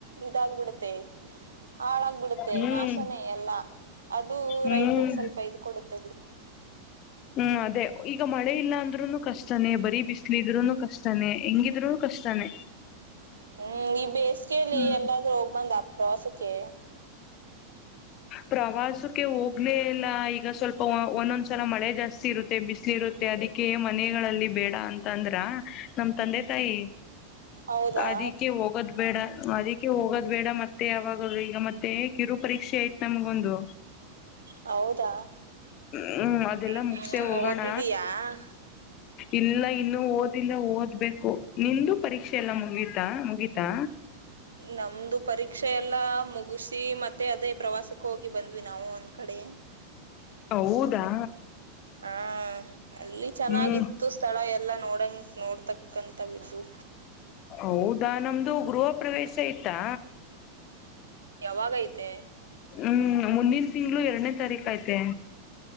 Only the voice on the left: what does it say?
ಹ್ಮ್
ಹ್ಮ್
ಹ್ಮ್ ಅದೇ ಈಗ ಮಳೆ ಇಲ್ಲ ಅಂದ್ರುನು ಕಷ್ಟನೇ ಬರೀ ಬಿಸ್ಲ ಇದ್ರುನು ಕಷ್ಟನೇ ಹೆಂಗಿದ್ರು ಕಷ್ಟನೇ
ಹ್ಮ್
ಪ್ರವಾಸಕ್ಕೆ ಹೋಗ್ಲೇ ಇಲ್ಲ ಈಗ ಸ್ವಲ್ಪ ಒಂದೊಂದ್ ಸಲ ಮಳೆ ಜಾಸ್ತಿ ಇರುತ್ತೆ ಬಿಸಿಲಿ ಇರುತ್ತೆ ಅದಕ್ಕೆ ಮನೆಗಳಲ್ಲಿ ಬೇಡ ಅಂತ ಅಂದ್ರ ನಮ ತಂದೆ ತಾಯಿ
ಅದಿಕ್ಕೆ ಹೋಗದ್ ಬೇಡ ಅದಕ್ಕೆ ಹೋಗೋದ್ ಬೇಡ ಮತ್ತೆ ಯಾವಾಗ ಈಗ ಮತ್ತೆ ಕಿರು ಪರೀಕ್ಷೆ ನಮ್ಗೊಂದು
ಹ್ಮ್ ಅದ್ ಅದೆಲ್ಲ
ಮುಗಸೆ ಹೋಗೋಣ
ಇಲ್ಲ ಇನ್ನು ಓದ್ ಓದ್ಬೇಕು ನಿಂದು ಪರೀಕ್ಷೆ ಎಲ್ಲ ಮುಗೀತಾ ಮುಗಿ ತಾ
ಹೌದಾ
ಹ್ಮ್
ಹೌದಾ ನಮ್ದು ಗೃಹ ಪ್ರವೇಶ ಆಯ್ತಾ
ಹ್ಮ್ ಮುಂದಿನ ತಿಂಗಳು ಎರಡನೇ ತಾರೀಕ ಐತೆ